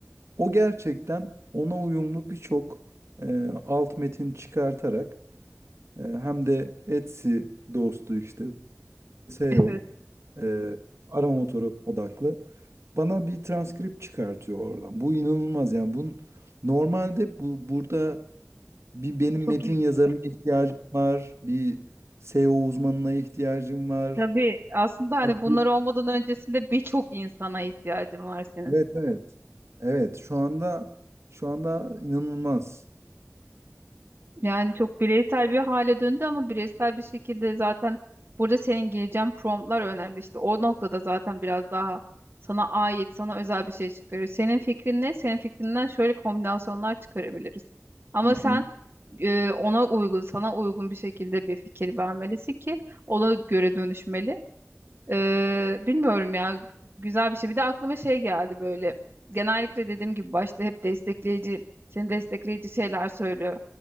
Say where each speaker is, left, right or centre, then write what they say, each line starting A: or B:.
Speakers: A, on the right; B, on the right.
A: O gerçekten ona uyumlu birçok e, alt metin çıkartarak Ee, Hem de Etsy dostu işte SEO
B: evet.
A: e, O, e, arama motoru odaklı. Bana bir transkript çıkartıyor oradan. Bu inanılmaz yani. Bunun normalde bu burada bir benim
B: Çok
A: metin
B: ilginç.
A: yazarına ihtiyacım var. Bir SEO uzmanına ihtiyacım var.
B: Tabii aslında hani
A: Ya
B: bunlar
A: bu-
B: olmadan öncesinde birçok insana ihtiyacın var senin.
A: Evet evet. Evet şu anda şu anda inanılmaz.
B: Yani çok bireysel bir hale döndü ama bireysel bir şekilde zaten burada senin gireceğin promptlar önemli. İşte o noktada zaten biraz daha sana ait, sana özel bir şey çıkarıyor. Senin fikrin ne? Senin fikrinden şöyle kombinasyonlar çıkarabiliriz. Ama
A: Hı hı.
B: sen e, ona uygun, sana uygun bir şekilde bir fikir vermelisin ki ona göre dönüşmeli. Ee, bilmiyorum ya güzel bir şey. Bir de aklıma şey geldi böyle. Genellikle dediğim gibi başta hep destekleyici, seni destekleyici şeyler söylüyor.